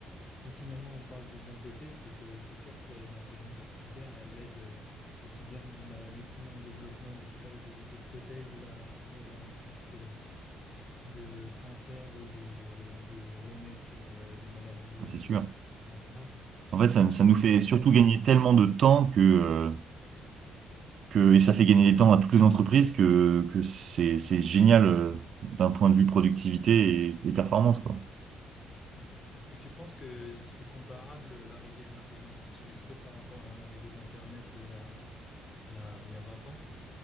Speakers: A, on the left; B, on the right.
A: Et si maintenant on parle du bon côté, c'est que c'est sûr que la- l'intelligence artificielle, elle aide euh, aussi bien dans, dans la médecine, dans le développement de, je sais pas, de, de prothèses ou, la, ou à la recherche de, de cancers ou de, de remèdes pour euh, des maladies
B: Ça,
A: euh,
B: C'est sûr.
A: incurables.
B: En fait, ça,
A: Ça peut
B: ça
A: être
B: nous
A: vraiment
B: fait
A: intéressant
B: surtout
A: et
B: gagner
A: un plus.
B: tellement de temps que, euh, que et ça fait gagner des temps à toutes les entreprises que, que c'est, c'est génial euh, d'un point de vue productivité et, et performance, quoi.
A: Mm. Et tu penses que c'est comparable euh, l'arrivée de l'intelligence artificielle par rapport à l'arrivée d'Internet euh, il y a, il y a, il y a 20 ans,